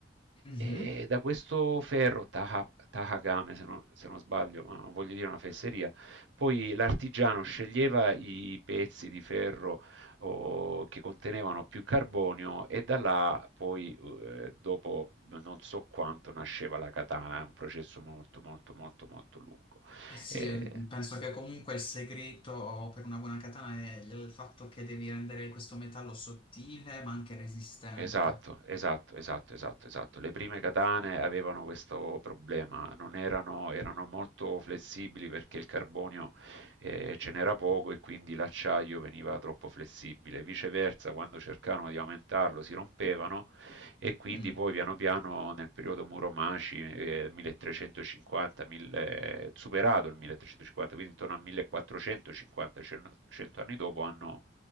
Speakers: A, on the left; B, on the right.
A: Mm-hmm.
B: E da questo ferro, Taha- Tahagame, se non, se non sbaglio, ma non voglio dire una fesseria, poi l'artigiano sceglieva i pezzi di ferro o che contenevano più carbonio e da là poi eh, dopo non so quanto nasceva la katana, è un processo molto molto molto molto lungo.
A: Eh sì,
B: Eh,
A: penso che comunque il segreto per una buona katana è il fatto che devi rendere questo metallo sottile ma anche resistente.
B: Esatto, esatto, esatto, esatto, esatto. Le prime katane avevano questo problema, non erano, erano molto flessibili perché il carbonio eh, ce n'era poco e quindi l'acciaio veniva troppo flessibile. Viceversa, quando cercavano di aumentarlo si rompevano e quindi
A: Mm,
B: poi piano piano nel periodo Muromaci eh, 1350, 1000, superato il 1350, quindi intorno al 1450, 100 anni dopo hanno